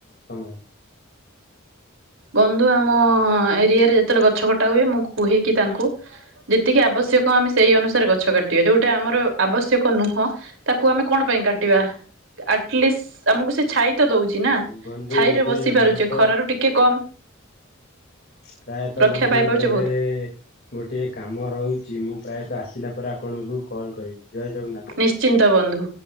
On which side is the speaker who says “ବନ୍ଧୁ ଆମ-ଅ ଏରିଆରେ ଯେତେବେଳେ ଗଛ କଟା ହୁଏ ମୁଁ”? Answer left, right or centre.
Right